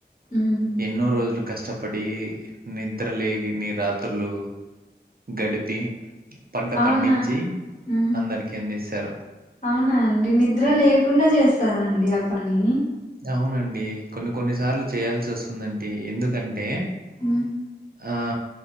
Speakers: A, on the left (about 45°); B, on the right (about 60°).
A: మ్మ్
B: ఎన్నో రోజు కష్టపడి నిద్ర లేని రాత్రులు గడిపి పంట
A: అవునా
B: పండించి
A: మ్మ్
B: అందరికి అందిస్తారు
A: అవునా అండి నిద్ర లేకుండా చేస్తారా అండి ఆ పని
B: అవునండి కొన్ని కొన్ని సార్లు చేయాల్సి వస్తుందండి ఎందుకంటే
A: ఉ
B: ఆ